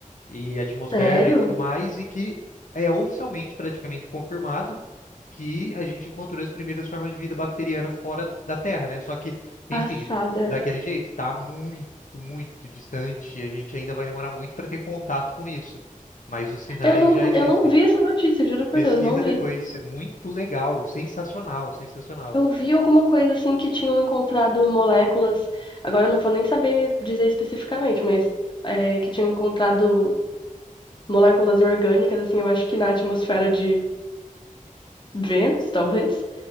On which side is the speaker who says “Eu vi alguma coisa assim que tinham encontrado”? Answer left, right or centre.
Left